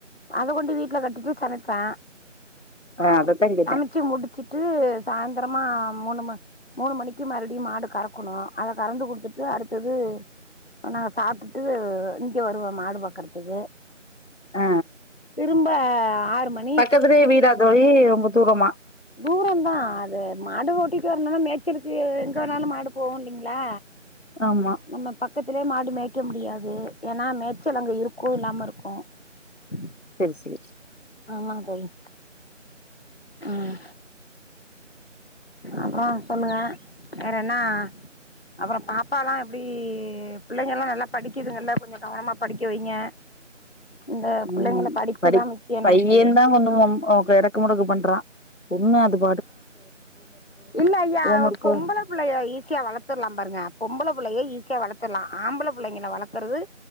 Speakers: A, on the left (about 50°); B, on the left (about 75°).
A: அத கொண்டு போய் வீட்டுல கட்டிட்டு சமைப்ப
B: ஆ, அதத்தான் கேட்டேன்.
A: சமைச்சி முடிச் சிட்டு சாயந்திரமா மூணு ம மூணு மணிக்கு மறுப்டியு மாடு கறக்கணு அத கறந்து குட்த்துட்டு அடுத்தது நாங்க சாப்ட்டுட்டு இங்க வருவோ மாடு பாக்கர்த்துக்கு
B: ஆ
A: திரும்ப ஆறு மண்
B: பக்கத்துலேயே வீடா தோழி ரொம்ப தூரோமா
A: தூரந்தா அது மாடு ஓட்டிட்க்கா வர்னோனா மேச்சிருக்கு எங்க வேணாலு மாடு போகோ இல்லிங்ளா
B: ஆமா
A: நம்ம பக்கத்துலே மாடு மேய்க்க முடியாது ஏனா மேய்ச்சல் அங்க இருக்கும் இல்லாம இருக்கும் உம்
B: செரி சேரி
A: ஆமாங் தோழி ம் அப்றோ சொல்லுங்க வேறென்னா அப்புறோ பாப்பால்லா எப் ப்டி புள்ளைங்கல்லா நல்லா படிக்குதுங்கல்ல கொஞ்சோ கவனமா படிக்க வைங்க இந்த பிள்ளைங்கள
B: உம்
A: படிப்புதா
B: படிப்
A: முக்கியோ
B: பையேன்தா
A: நமக்கு
B: கொஞ்சோ ரொம் ஒ எடக் க்கு முடக்கு பண்றான் பொண்ணு அதுக்
A: இல்ல ஐயா
B: ஹோம்
A: அவ
B: ஒர்க்கோ
A: பொம்பளப் புள்ளய ஈஸியா வளத்துல்லா பாருங்க பொம்பள புள்ளய ஈஸியா வளத்துல்லா ஆம்பள புள்ளங்கின வளக்கர்து